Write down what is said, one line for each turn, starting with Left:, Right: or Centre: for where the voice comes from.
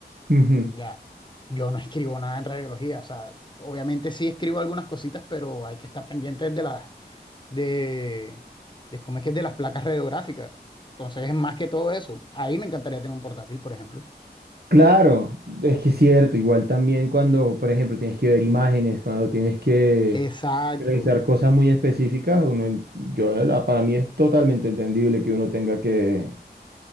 Right: Ujú,
Left: Ya, yo no <laughs> escribo nada en radiología, o sea, obviamente sí escribo algunas cositas, pero hay que estar pendientes de las, de, de cómo es que es de las placas radiográficas. Entonces, es más que todo eso. Ahí me encantaría tener un portátil, por ejemplo.
Right: Claro, es que es cierto, igual también cuando, por ejemplo, tienes que ver imágenes, cuando tienes que
Left: Exacto.
Right: revisar cosas muy específicas, uno, yo, la- para mí es totalmente entendible que uno tenga que,